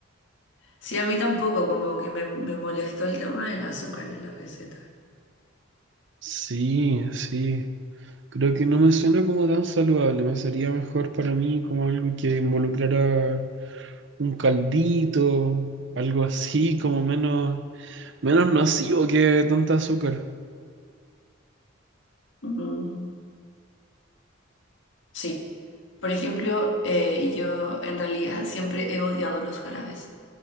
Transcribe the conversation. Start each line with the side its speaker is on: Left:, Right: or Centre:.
Left: Sí, a mí tampoco, como que me, me molestó el tema del azúcar en la receta.
Right: Sí, sí. Creo que no me suena como tan saludable, me sería mejor para mí como algo que involucrara un caldito, algo así, como menos, menos nocivo que tanta azúcar.
Left: Mm, sí. Por ejemplo, eh, yo en realidad siempre he odiado los jarabes,